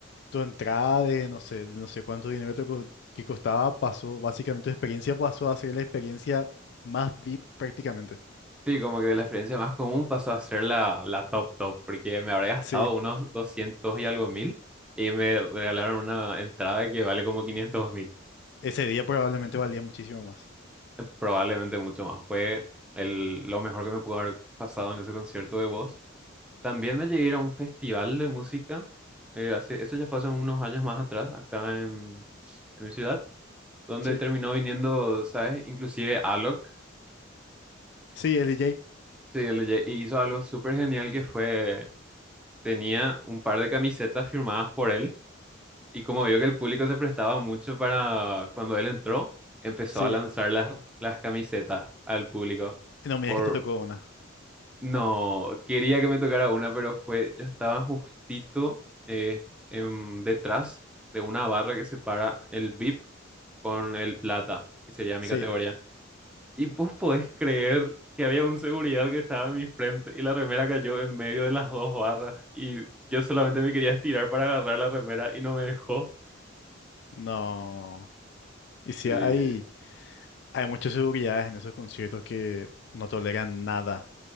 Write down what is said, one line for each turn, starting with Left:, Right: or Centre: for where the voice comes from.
Left: tu entrada de no sé, no sé cuánto dinero te co- que costaba pasó, básicamente tu experiencia pasó a ser la experiencia más VIP prácticamente.
Centre: Sí, como que de la experiencia más común pasó a ser la, la top top, porque me habré gastado
Left: Sí,
Centre: unos 200 y algo mil y me regalaron una entrada que vale como 500 mil,
Left: ese día probablemente valía muchísimo más.
Centre: probablemente mucho más. Fue el, lo mejor que me pudo haber pasado en ese concierto de voz. También me llegué a ir a un festival de música, eh, hace, eso ya fue hace unos años más atrás, acá en en mi ciudad donde
Left: Sí,
Centre: terminó viniendo, ¿sabes? Inclusive Alok,
Left: sí, el DJ.
Centre: sí, él lle- y hizo algo súper genial que fue, tenía un par de camisetas firmadas por él y como vio que el público se prestaba mucho para cuando él entró, empezó
Left: Sí,
Centre: a lanzar las, las camisetas al público.
Left: no me
Centre: Por,
Left: digas que te tocó una.
Centre: no, quería que me tocara una, pero fue, yo estaba justito eh, em, detrás de una barra que separa el VIP con el plata, que sería mi
Left: Sí,
Centre: categoría. Y vos podés creer que había un seguridad que estaba en mi frente y la remera cayó en medio de las dos barras y yo solamente me quería estirar para agarrar la remera y no me dejó.
Left: no. Y sí,
Centre: Sí,
Left: hay, hay muchas seguridades en esos conciertos que no toleran nada.